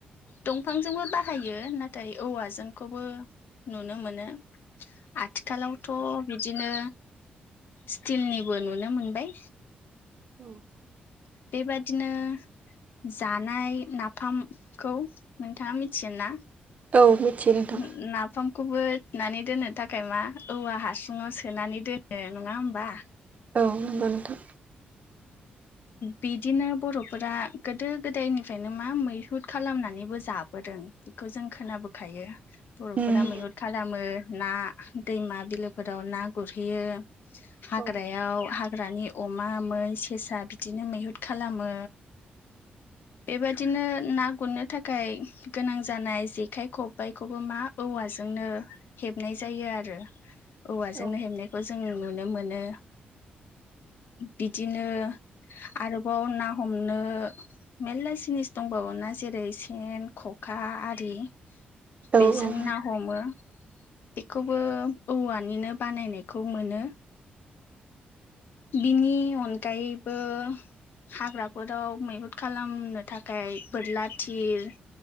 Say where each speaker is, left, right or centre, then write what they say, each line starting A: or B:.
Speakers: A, on the left; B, on the right.
A: दंफांजोंबो बाहायो नाथाय औवाजोंखौबो नुनो मोनो। आथिखालावथ' बिदि नो स्टिलनिबो नुनो मोनबाय।
B: औव
A: बेबादिनो जानाय नाफामखौ नोंथाङा मिथिगोन ना?
B: औ मिथियो नोंथां
A: ओम नाफ खामखौबोनानै दोननो थाखाय मा औवा हासुङाव सोनानै दोनो नङा होमबा?
B: औ नंगौ नोंथां।
A: बिदिनो बर'फोरा गोदो गोदायनिफ्रायनो मा मैहुर खालामनानैबो जाबोदों बेखौ जों खोनाबोखायो। बर'फोरा
B: उम
A: मैहुर खालामो ना दैमा बिलोफोराव ना गुरहैयो। हाग्रायाव
B: औ
A: हाग्रानि अमा मै सेसा बि थिनो मैहुर खालामो बेबादिनो ना गुरनो थाखाय गोनां जानाय जेखाइ खबाइखौबो मा औवाजोंनो हेबनाय जायो आरो। औवाजोंनो
B: औ
A: हेबनायखौ जों नुनो मोनो। बिदिनो आरोबाव ना हमनो मेला जिनिस दंबावोना जेरै सेन खखा आरि
B: औ
A: बेजों
B: औ
A: ना हमो। बेखौबो औवानिनो बानायनायखौ मोनो। बिनि अनगायैबो हाग्राफोराव मैहुद खालामनो थाखाय बोरला थिर